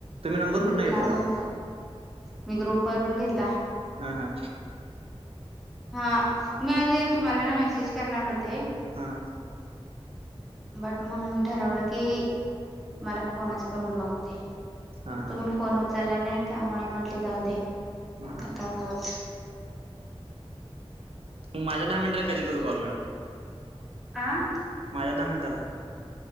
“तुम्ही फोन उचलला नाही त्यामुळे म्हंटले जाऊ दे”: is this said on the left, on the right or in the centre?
Centre